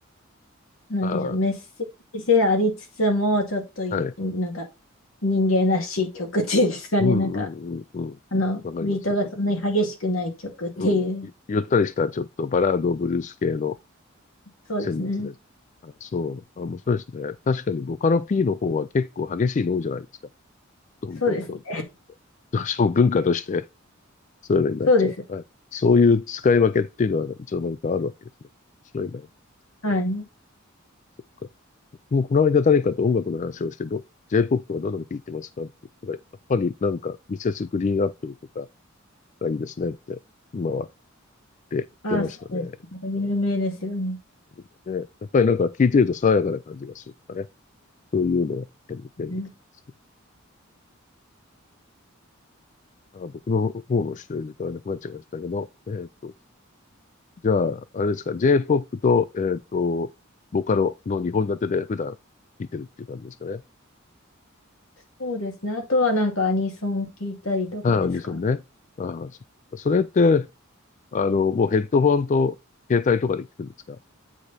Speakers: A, on the left (about 80°); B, on the left (about 35°).
A: なんていうんでしょう、
B: あ
A: メッセージ性ありつつも、ちょっと、
B: あ、はい。
A: なんか、人間らしい曲っていうんですかね。
B: うんうんうんうん。
A: なんか、あの、
B: わかります、
A: ビートがそんなに激しくない曲っていう。
B: わかります。うん。ゆゆったりした、ちょっとバラード、ブルース系の
A: そうですね。
B: 旋律で。あ、そう。あ、面白いですね。確かに、ボカロ P の方は結構激しいの多いじゃないですか。ドンドンドンって感じで。
A: そうですね。
B: どうしても文化として、そういうのになっちゃうから。
A: そうですね。
B: はいそういう使い分けっていうのは、いつの間にかあるわけですね。面白いな。そ
A: はい。
B: っか。もうこの間誰かと音楽の話をして、ど J-POP とかどんなの聴いてますかって言ったら、やっぱりなんか、ミセスグリーンアップルとかがいいですねって、今はって言ってましたね。
A: ああ、そうです。なんか有名ですよね。
B: ねやっぱりなんか聞いてると爽やかな感じがするとかね。そういうのをやっぱり見てるみたいですね。
A: ね
B: なんか僕の方の知ってる時間がなくなっちゃいましたけど、えっと、じゃあ、あれですか、J-POP と、えっと、ボカロの2本立てで普段聴いてるっていう感じですかね。
A: そうですね。あとはなんかアニソン聞いたりとかですかね
B: ああ、2層ね。ああ、そそれって、あの、もうヘッドフォンと携帯とかで聞くんですか聞